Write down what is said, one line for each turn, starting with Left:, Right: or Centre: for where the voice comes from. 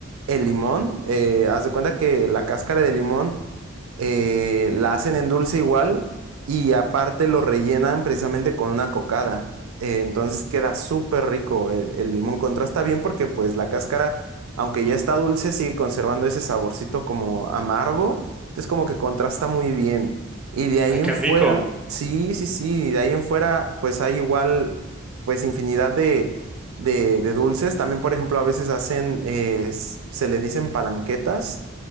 Right: el limón. eh, haz de cuenta que la cáscara de limón eh, la hacen en dulce igual y aparte lo rellenan precisamente con una cocada. Eh, entonces queda súper rico el, el limón. Contrasta bien porque pues la cáscara, aunque ya está dulce, sigue conservando ese saborcito como amargo. Entonces como que contrasta muy bien. Y de ahí
Centre: Ay,
Right: en
Centre: qué
Right: fuera,
Centre: rico.
Right: sí, sí, sí, de ahí en fuera, pues hay igual, pues infinidad de, de, de dulces. También, por ejemplo, a veces hacen, eh, s- se le dicen palanquetas.